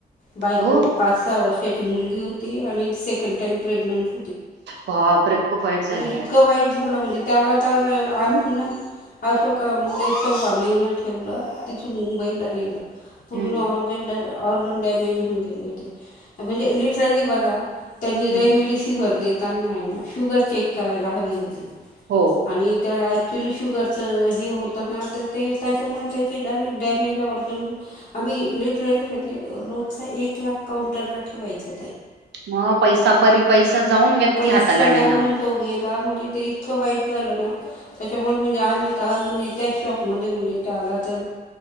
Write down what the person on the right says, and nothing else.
हो
वापरे खूप वाईट झालेयार.
हम्म
हम्म
हो.
मग पैसापरी पैसा जाऊन व्यक्ती
हाताला
नाही ना
ओ.